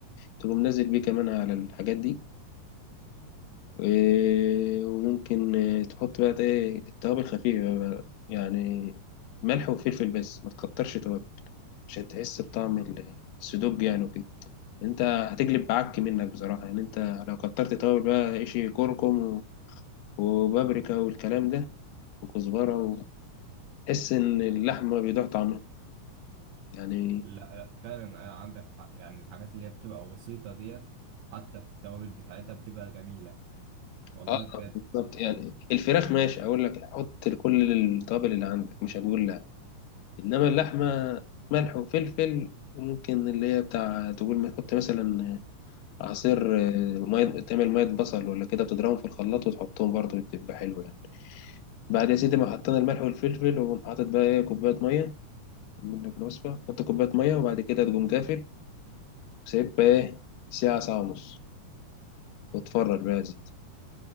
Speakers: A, on the left (about 85°); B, on the right (about 70°).
A: تقوم نازل بيه كمان على الحاجات دي آه، وممكن آه، تحط بقى إيه التوابل خفيفة بقى، يعني ملح وفلفل بس ما تكترش توابل عشان تحس بطعم السدوج يعني وكده انت هتجلب بعك منك بصراحة يعني انت لو كترت توابل بقى عيشي كركم و- وبابريكا والكلام ده وكزبرة وتحس ان اللحمة بيضيع طعمها يعني
B: لا لا فعلا آه، عندك حق يعني الحاجات اللي هي بتبقى بسيطة ديت حتى في التوابل بتاعتها بتبقى جميلة والله
A: اه
B: بجد
A: بالظبط يعني الفراخ ماشي اقول لك حط كل التوابل اللي عندك مش هتقول لا انما اللحمة ملح وفلفل وممكن اللي هي بتاع تقول ما تحط مثلا عصير آه، مية تعمل مية بصل ولا كده بتضربهم في الخلاط وتحطهم برضه بتبقى حلوة يعني بعد يا سيدي ما حطينا الملح والفلفل وقوم حاطط بقى ايه كوباية مية منك الوصفة حط كوباية مية وبعد كده تقوم قافل وسايبها إيه ساعة ساعة ونص وتفرج بقى يا سيدي